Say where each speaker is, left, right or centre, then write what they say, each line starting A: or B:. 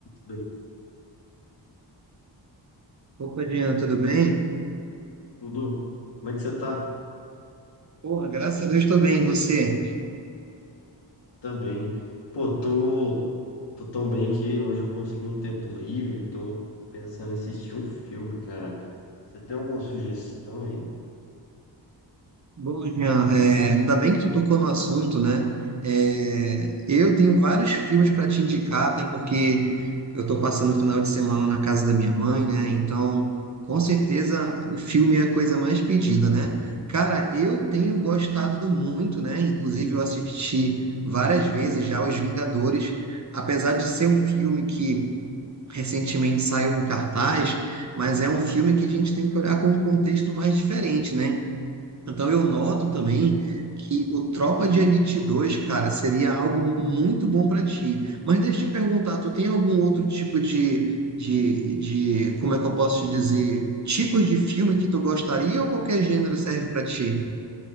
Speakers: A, on the left; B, on the right.
A: Beleza,
B: Opa, Jean, tudo bem?
A: tudo? Como é que você tá?
B: Porra, graças a Deus estou bem, e você?
A: Também. Pô, tô, tô tão bem que hoje eu consegui um tempo livre, tô pensando em assistir um filme, cara. Você tem alguma sugestão aí?
B: Bom, Jean, é, ainda bem que tu tocou no assunto, né? É, eu tenho vários filmes para te indicar, até porque eu estou passando o final de semana na casa da minha mãe, né? Então, com certeza, o filme é a coisa mais pedida, né? Cara, eu tenho gostado muito, né? Inclusive, eu assisti várias vezes já Os Vingadores, apesar de ser um filme que recentemente saiu em cartaz, mas é um filme que a gente tem que olhar com um contexto mais diferente, né? Então eu noto
A: Sim, sim.
B: também que o Tropa de Elite 2, cara, seria algo muito bom para ti. Mas deixa eu te perguntar, tu tem algum outro tipo de, de, de, como é que eu posso te dizer, tipos de filme que tu gostaria ou qualquer gênero serve para ti?